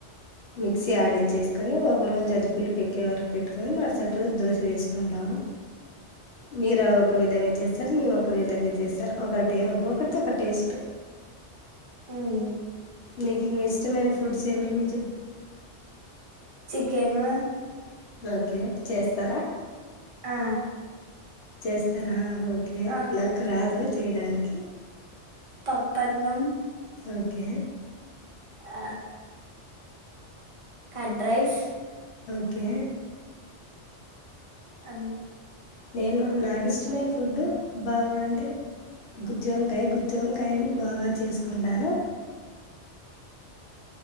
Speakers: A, on the left; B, on the right.
A: మిక్సీ ఆడిచ్చేసుకొని ఒకరోజు అదిపులుపు ఏక్కే వరకు పెట్టుకొని మరుసటి రోజు దోశ వేసుకుంటాము మీరు ఒక విధంగా చేస్తారు మేము ఒక విధంగా చేస్తారు ఒకటి ఒక్కటి ఒక టేస్ట్
B: ఉమ్
A: నకు ఇం ఇష్టమ్యాన్ ఫుడ్స్ ఏ మే చె
B: చికెను
A: ఓకే చేస్తారా
B: ఆ
A: చేస్తారా ఓకే
B: ఆ
A: నాకు రాదు చేయడానికి
B: పప్పన్నం
A: ఓకే
B: ఆ కడ్ రైస్
A: ఓకే
B: అం
A: నేను నాకు ఇష్టమే ఫుడ్ బాగా అంటే గుత్తివంకాయ గుత్తి వంకాయని బాగా చేసు వుండను